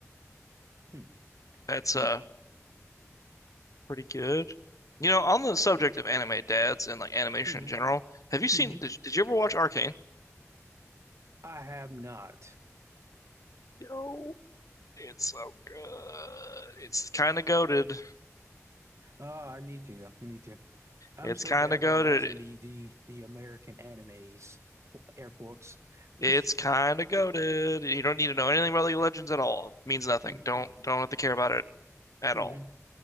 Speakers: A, on the right; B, on the left.
A: Hmm,
B: that's
A: hmm,
B: uh pretty good. You know, on the subject of anime dads and like animation
A: hmm,
B: in general, have you seen?
A: hmm.
B: Did, did you ever watch Arcane?
A: I have not.
B: No. It's so good. It's kind of goaded.
A: Oh, I need to. I need to. I'm
B: It's
A: so
B: kind
A: bad
B: of goaded.
A: about watching the the the American animes, qu- air quotes. <laughs>
B: It's kind of goaded. You don't need to know anything about League of Legends at all. It means nothing.
A: Hmm,
B: Don't don't have to care about it at
A: hmm.
B: all.